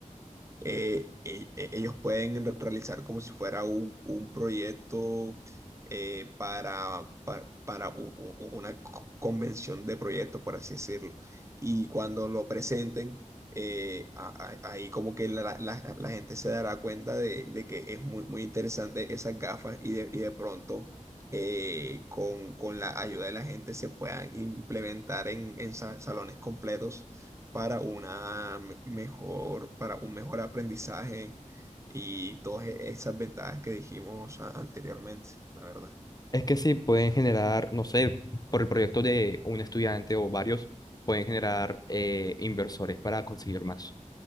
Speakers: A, on the right; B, on the left.
A: eh, e- e- ellos pueden re- realizar como si fuera un, un proyecto eh, para, para, para un- un- un- una co- convención de proyectos, por así decirlo. Y cuando lo presenten, eh, a- a- ahí como que la, la- la gente se dará cuenta de, de que es muy, muy interesante esas gafas y de, y de pronto... eh, con, con la ayuda de la gente se puedan implementar en, en sa- salones completos para una me- mejor, para un mejor aprendizaje y todas e- esas ventajas que dijimos a- anteriormente, la verdad.
B: Es que sí, pueden generar, no sé, por el proyecto de un estudiante o varios, pueden generar eh, inversores para conseguir más.